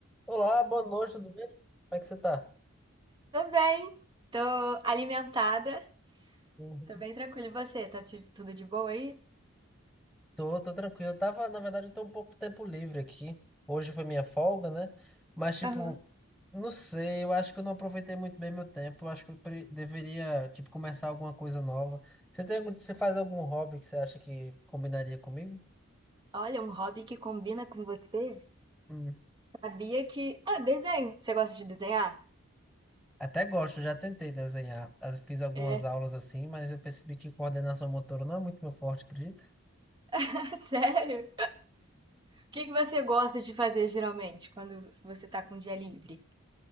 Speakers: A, in the centre; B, on the right (about 20°).
A: Olá, boa noite, tudo bem? Como é que você tá?
B: Tô bem, tô alimentada,
A: Uhum.
B: tô bem tranquila. E você, tá tu- tudo de boa aí?
A: Tô, tô tranquilo. Eu tava, na verdade, eu tô um pouco tempo livre aqui. Hoje foi minha folga, né? Mas, tipo,
B: Aham.
A: não sei, eu acho que eu não aproveitei muito bem meu tempo. Eu acho que eu pre- deveria, tipo, começar alguma coisa nova. Você tem algum, você faz algum hobby que você acha que combinaria comigo?
B: Olha, um hobby que combina com você.
A: Hum.
B: Sabia que. Ah, desenho. Você gosta de desenhar?
A: Até gosto, já tentei desenhar. Ah, Fiz algumas
B: É.
A: aulas assim, mas eu percebi que coordenação motora não é muito meu forte, acredito.
B: <laughs> Sério? O que que você gosta de fazer geralmente quando você tá com dia livre?